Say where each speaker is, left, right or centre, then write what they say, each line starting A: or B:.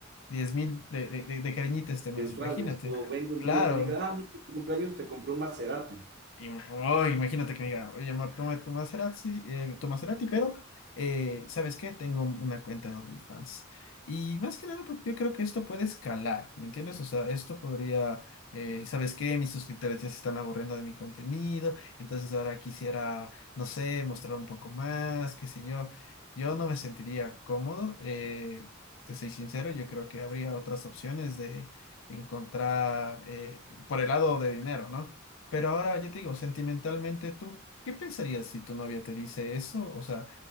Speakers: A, on the left; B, on the right.
A: diez mil de, de, de- de cariñito este mes,
B: Mensuales.
A: imagínate.
B: O vengo un
A: Claro,
B: día y te diga, ah, mira, tu cumpleaños te compró un Maserati.
A: y, oh, imagínate que me diga, oye, amor, toma Toma Cerati, eh, toma Cerati, pero eh, ¿sabes qué? Tengo una cuenta de OnlyFans. Y más que nada, porque yo creo que esto puede escalar, ¿me entiendes? O sea, esto podría, eh, ¿sabes qué? Mis suscriptores ya se están aburriendo de mi contenido, entonces ahora quisiera, no sé, mostrar un poco más, qué sé yo. Yo no me sentiría cómodo, eh, te soy sincero, yo creo que habría otras opciones de encontrar eh, por el lado de dinero, ¿no? Pero ahora yo te digo, sentimentalmente, ¿tú qué pensarías si tu novia te dice eso? O sea,